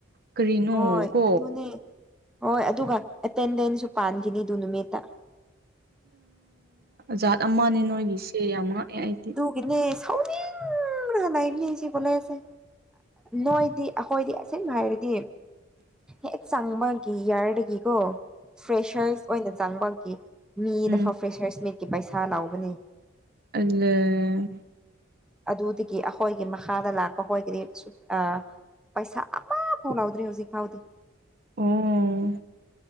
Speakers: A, on the right; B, in the centre.
A: ꯀꯔꯤꯅ‌ꯣ
B: ꯍꯣꯏ
A: ꯀꯣ
B: ꯑꯗꯨꯅꯦ ꯍꯣꯏ ꯑꯗꯨꯒ ꯑꯦꯇꯦꯟꯗꯦꯟꯁꯁꯨ ꯄꯥꯟꯈꯤꯅꯤ ꯗꯨ ꯅꯨꯃꯤꯠꯇ
A: ꯖꯥꯠ ꯑꯃꯅꯦ ꯅꯣꯏꯒꯤꯁꯦ ꯌꯥꯝ ꯉꯥꯛꯑꯦ ꯑꯩꯗꯤ
B: ꯒꯤꯅꯦ ꯁꯥꯎꯅꯤꯡꯕꯅ ꯀꯅꯥꯏ ꯃꯤꯁꯤ ꯀꯣꯂ‌ꯦꯖꯁꯦ ꯅꯣꯏꯗꯤ ꯑꯩꯈꯣꯏꯗꯤ ꯑꯁꯤꯟꯕ ꯍꯥꯏꯔꯗꯤ ꯍꯦꯛ ꯆꯪꯕꯒꯤ ꯏꯌꯥꯔꯗꯒꯤꯀꯣ ꯐ꯭ꯔꯦꯁꯔꯁ ꯑꯣꯏꯅ ꯆꯪꯕꯒꯤ ꯃꯤꯗ
A: ꯎꯝ
B: ꯐꯥꯎ ꯐ꯭ꯔꯦꯁꯔꯁ ꯃꯤꯠꯀꯤ ꯄꯩꯁꯥ ꯂꯥꯎꯕꯅꯤ
A: ꯑꯂ‌ꯦ
B: ꯑꯗꯨꯗꯒꯤ ꯑꯩꯈꯣꯏꯒꯤ ꯃꯈꯥꯗ ꯂꯥꯛꯄ ꯑꯩꯈꯣꯏꯒꯤꯗꯤ ꯑ ꯄꯩꯁꯥ ꯑꯃꯐꯥꯎ ꯂꯧꯗ꯭ꯔꯦ ꯍꯧꯖꯤꯛ ꯐꯥꯎꯗꯤ
A: ꯑꯣꯝ